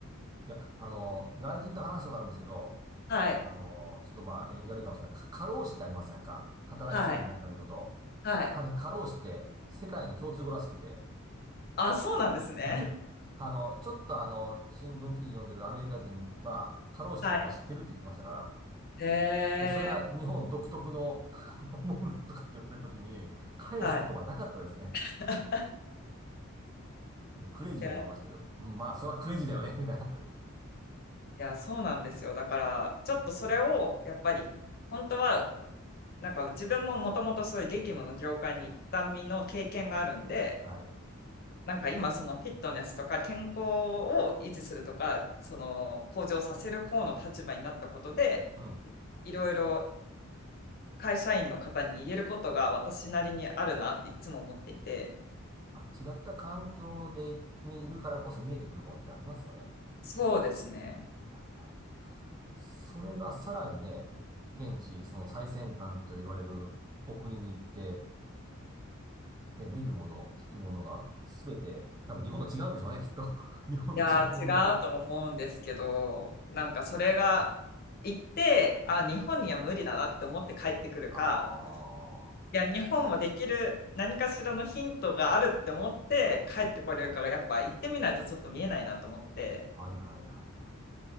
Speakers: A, on the right; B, on the left.
A: いや、あの、外人と話したことあるんですけど、
B: はい
A: あの、ちょっとまあ、縁起悪いかもしれない。か過労死ってありますやんか。働きすぎてなくなること。
B: はいはい
A: あれ、過労死って世界の共通語らしくて。
B: あそうなんですね
A: はい。あの、ちょっとあの、新聞記事読んでるアメリカ人は、過労死っていうことは知ってるって言ってましたから。
B: はいえ
A: で、それは日本独特のあのもんだとかって言われたときに、返す言葉なかったですね。
B: ー、はい <laughs>
A: あの、クレイジーだって言われましたけど。
B: いやい
A: うんまあ、そらクレイジーだよね、みたいな。
B: やそうなんですよだからちょっとそれをやっぱり本当はなんか自分ももともとそういう激務の業界に行った身の経験があるんで
A: はい。
B: なんか今そのフィットネスとか健康を維持するとかその向上させる方の立場になったことで
A: うん。
B: いろいろ会社員の方に言えることが私なりにあるなっていつも思っていて
A: あ、違った環境で、にいるからこそ見えてくるもんってありますよね。
B: そうですね
A: はいはいはいそれがさらにね、現地、その最先端と言われるお国に行って、ね、見るもの、聞くものが、すべて、多分日本と違うんでしょうね、きっと。<laughs> 日本と違うもんが。
B: いやー違うと思うんですけどなんかそれが行ってあ日本には無理だなって思って帰ってくるか
A: ああ、は
B: いや日本もできる何かしらのヒントがあるって思って帰ってこれるかがやっぱ行ってみないとちょっと見えないなと思って。
A: いはいはいは